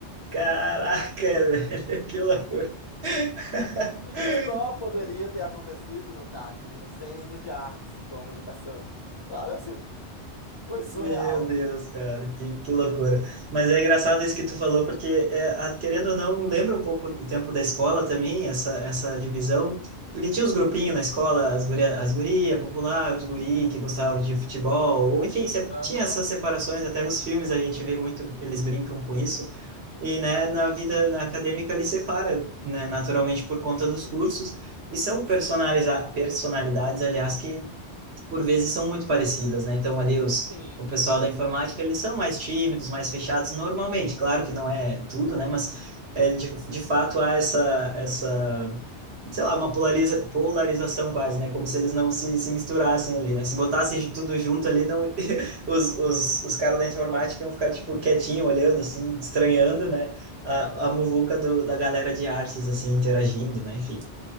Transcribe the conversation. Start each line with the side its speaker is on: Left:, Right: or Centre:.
Right: Caraca, <laughs> velho. Que loucura. <laughs>
Left: Isso só poderia ter acontecido no CAC, no Centro de Artes e Comunicação. Sabe assim? Foi surreal.
Right: Meu Deus, cara, que, que loucura. Mas é engraçado isso que tu falou, porque, é, a- querendo ou não, lembra um pouco do tempo da escola também, essa, essa divisão. Porque tinha os grupinhos na escola, as guria, as guria popular, os guri que gostavam de futebol, ou enfim, se-
Left: Aham.
Right: tinha essas separações, até nos filmes a gente vê muito, eles brincam com isso. E, né,
Left: Sim.
Right: na vida na acadêmica ele separa, né, naturalmente por conta dos cursos. E são personaliza
Left: Sim,
Right: personalidades, aliás, que por vezes são muito parecidas, né? Então ali os
Left: sim.
Right: o pessoal da informática eles são mais tímidos, mais fechados normalmente.
Left: Sim,
Right: Claro que não é tudo, né? Mas é, de, de fato há essa essa sei lá uma polariza, polarização quase, né? Como se eles não se, se misturassem ali, né? Se botassem de tudo junto ali, não <laughs> os, os, os caras da informática iam ficar tipo quietinho olhando assim, estranhando, né? A, a muvuca do, da galera de artes assim interagindo, né? Enfim,